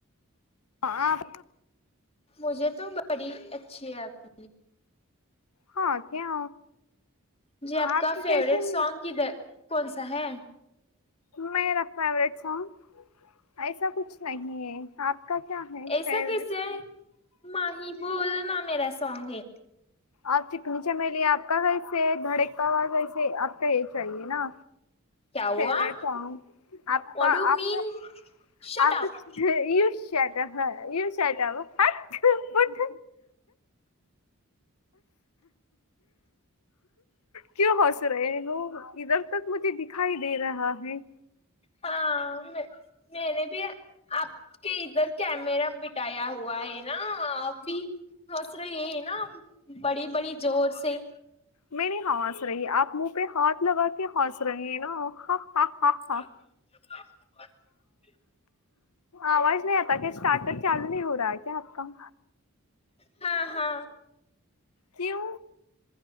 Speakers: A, on the left; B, on the left.
A: ह.
B: मुजे तो बडी अच्छी आप-
A: हा क्या.
B: जी आपपका
A: आपके कैसे
B: फेवरेट सॉग कधर कोणसा है.
A: मे फेवरेट सॉग ऐस कुछ नाही आप का क्या है.
B: एसा
A: फेवरेट
B: कस आहे माही बोल ना मेरा सॉग है.
A: आप चिकनी चमेली आप का कैसे धडकका ह कैसे आप का हे चे ना,
B: क्या हुआ
A: favourite
B: what
A: song आपकाका,
B: do you मीन शट
A: आप
B: अप
A: यु शट अप हा यु शट अप अठठ फुट क्यु हस रु इधर. तक मुे दिखाई दे रहा है.
B: हा म मने भ आपक इधर- कॅमेरा मििटाया हुआ है ना अी हसरा ये है ना. बडी बडी जोरसे.
A: मी नाही हवस रही आप मुह पे हात लग के हॉस र है ना ह हा.
B: <unintelligible>
A: हा आवाज नाही आता क स्टार्टअप लू नाही हो रहा क्या आपका.
B: हा हा
A: किू.